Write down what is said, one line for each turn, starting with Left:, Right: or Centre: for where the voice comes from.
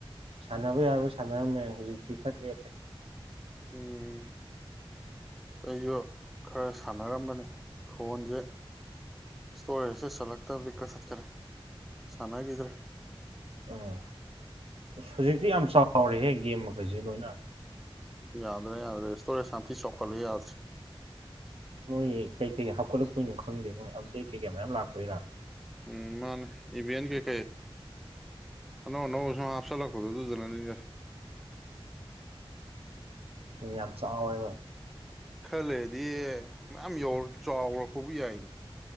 Right: ꯁꯥꯟꯅꯕ ꯌꯥꯕ ꯁꯥꯟꯅꯔꯝꯃꯦ ꯍꯧꯖꯤꯛꯇꯤ ꯈꯔ ꯂꯦꯞꯄꯦ
Centre: ꯎꯝ ꯑꯩꯁꯨ ꯈꯔ ꯁꯥꯟꯅꯔꯝꯕꯅꯤ ꯐꯣꯟꯁꯦ ꯏꯁꯇꯣꯔꯦꯖꯁꯦ ꯆꯠꯂꯛꯇꯕꯗꯤ ꯀꯛꯊꯠꯈꯔꯦ ꯁꯥꯟꯅꯈꯤꯗ꯭ꯔꯦ
Right: ꯑꯍꯥ ꯍꯧꯖꯤꯛꯇꯤ ꯌꯥꯝ ꯆꯥꯎꯔꯦꯍꯦ ꯒꯦꯝ ꯃꯈꯩꯁꯦ ꯂꯣꯏꯅ
Centre: ꯌꯥꯗ꯭ꯔꯦ ꯌꯥꯗ꯭ꯔꯦ ꯏꯁꯇꯣꯔꯦ ꯁꯥꯟꯇꯤ ꯆꯥꯎꯈꯠꯂ ꯌꯥꯗ꯭ꯔꯦ
Right: ꯃꯣꯏ ꯀꯩꯀꯩꯀꯩ ꯍꯥꯞꯀꯠꯂꯛꯄꯣꯏꯅꯣ ꯈꯡꯗꯦ ꯃꯣꯏ ꯑꯞꯗꯦꯠ ꯀꯩꯀꯩ ꯃꯌꯥꯝ ꯂꯥꯛꯄꯣꯏꯔꯥ
Centre: ꯎꯝ ꯃꯥꯅꯦ ꯏꯚꯦꯟ ꯀꯩꯀꯩ ꯑꯅꯧ ꯑꯅꯧꯕ ꯁꯨꯝ ꯍꯥꯞꯆꯜꯂꯛꯄꯗꯣ ꯑꯗꯨꯗꯨꯅꯅꯤꯗ
Right: ꯌꯥꯝ ꯆꯥꯎꯣꯏꯕ
Centre: ꯈꯔꯥ ꯂꯩꯔꯗꯤ ꯃꯌꯥꯝ ꯌꯧ ꯆꯥꯎꯔꯛꯄꯕꯨ ꯌꯥꯏꯅꯦ